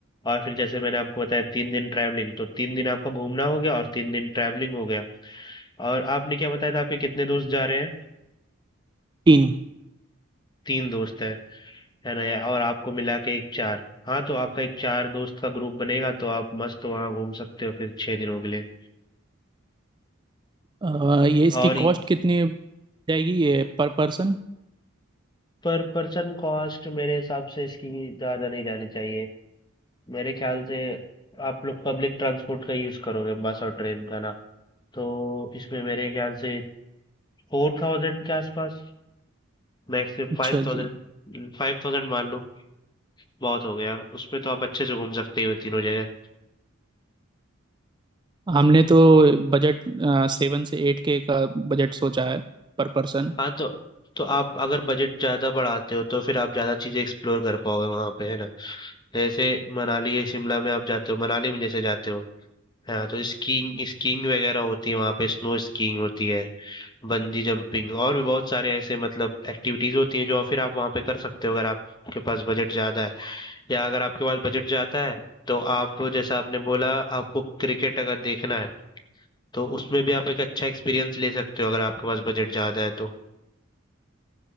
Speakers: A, on the left; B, on the right.
A: और फिर जैसे मैंने आपको बताया तीन दिन ट्रैवलिंग तो तीन दिन आपका घूमना हो गया और तीन दिन ट्रैवलिंग हो गया और आपने क्या बताया था आपके कितने दोस्त जा रहे हैं
B: तीन
A: तीन दोस्त है है ना यार और आपको मिला के एक चार हाँ तो आपका एक चार दोस्त का ग्रुप बनेगा तो आप मस्त वहाँ घूम सकते हो फिर छह दिनों के लिए
B: आ, ये इसकी
A: और ये-
B: कॉस्ट कितनी जाएगी ये पर पर्सन
A: पर पर्सन कॉस्ट मेरे हिसाब से इसकी ज्यादा नहीं जानी चाहिए मेरे ख्याल से आप लोग पब्लिक ट्रांसपोर्ट का यूज करोगे बस और ट्रेन का ना तो इसमें मेरे ख्याल से फोर थाउजेंड के आसपास मैक्स
B: अच्छा
A: फाइव थाउजेंड
B: जी
A: फाइव थाउजेंड मान लो बहुत हो गया उसमें तो आप अच्छे से घूम सकते हो तीनों जगह
B: हमने तो बजट सेवन से एट के का बजट सोचा है पर पर्सन
A: हाँ तो तो आप अगर बजट ज़्यादा बढ़ाते हो तो फिर आप ज़्यादा चीज़ें एक्सप्लोर कर पाओगे वहाँ पे है ना जैसे मनाली या शिमला में आप जाते हो मनाली में जैसे जाते हो हाँ तो स्कीइंग स्कीइंग वगैरह होती है वहाँ पे स्नो स्कीइंग होती है बंजी जंपिंग और भी बहुत सारे ऐसे मतलब एक्टिविटीज होती हैं जो फिर आप वहाँ पे कर सकते हो अगर आपके पास बजट ज़्यादा है या अगर आपके पास बजट ज़्यादा है तो आप जैसा आपने बोला आपको क्रिकेट अगर देखना है तो उसमें भी आप एक अच्छा एक्सपीरियंस ले सकते हो अगर आपके पास बजट ज़्यादा है तो